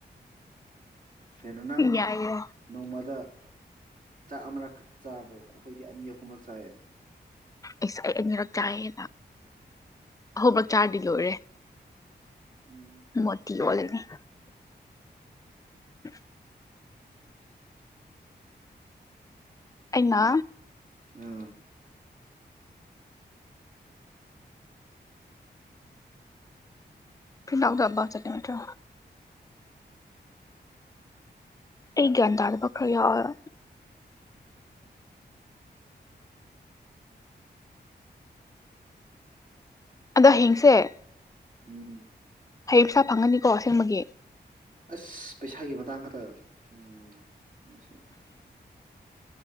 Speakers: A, on the right (about 45°); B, on the left (about 20°).
A: ꯀꯩꯅꯣ ꯅꯪ
B: ꯌꯥꯏꯌꯦ
A: ꯅꯣꯡꯃꯗ ꯆꯥꯛ ꯑꯃꯅꯛꯈꯛ ꯆꯥꯕ꯭ꯔꯣ ꯑꯩꯈꯣꯏꯗꯤ ꯑꯅꯤ ꯑꯍꯨꯝ ꯁꯥꯏ
B: ꯑꯦꯁ ꯑꯩ ꯑꯅꯤꯔꯛ ꯆꯥꯏꯅ ꯑꯍꯨꯝꯂꯛ ꯆꯥꯔꯗꯤ ꯂꯣꯏꯔꯦ <unintelligible>
A: ꯎꯝ
B: <unintelligible>
A: <unintelligible>
B: ꯑꯩꯅꯥ
A: ꯑꯥ
B: ꯐꯅꯗꯕ ꯆꯠꯂꯃꯤꯇ꯭ꯔ ꯑꯩꯒꯟꯗꯥꯗꯕꯈ꯭ꯔ ꯌꯥꯑꯣꯏꯕ ꯑꯗ ꯍꯌꯦꯡꯁꯦ
A: ꯎꯝ
B: ꯍꯌꯦꯡꯁꯥ ꯐꯪꯒꯅꯤꯀꯣ ꯑꯁꯦꯡꯕꯒꯤ
A: ꯑꯁ ꯄꯩꯁꯥꯒꯤ ꯃꯇꯥꯡ ꯈꯛꯇ ꯎꯝ <unintelligible>